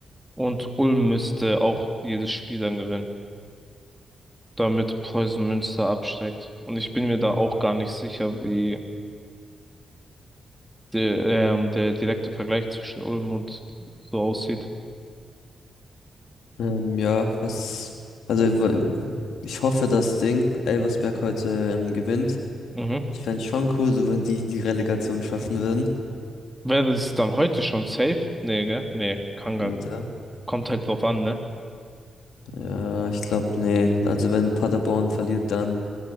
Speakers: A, in the centre; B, on the left.
A: Und Ulm müsste auch jedes Spiel dann gewinnen, damit Preußen Münster absteigt. Und ich bin mir da auch gar nicht sicher, wie der, ähm, der direkte Vergleich zwischen Ulm und so aussieht.
B: Ähm, ja, was. Also, w- ich hoffe, das Ding, Elversberg heute ähm, gewinnt.
A: Mhm.
B: Ich fände es schon cool, so wenn die die Relegation schaffen würden.
A: Wäre es dann heute schon safe? Nee, gell? Nee, kann gar
B: Warte.
A: Kommt halt drauf an, ne?
B: Ja, ich glaube, nee. Also, wenn Paderborn verliert, dann.